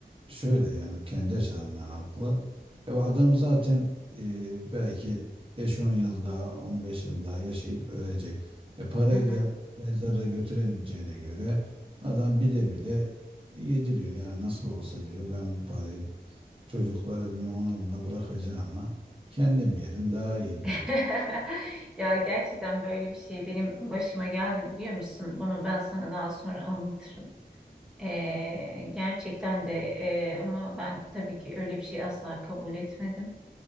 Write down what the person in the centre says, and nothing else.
Hı hı.
<laughs>
Ya gerçekten böyle bir şey benim başıma geldi biliyor musun? Bunu ben sana daha sonra anlatırım. Ee, gerçekten de e, ama ben tabii ki öyle bir şey asla kabul etmedim.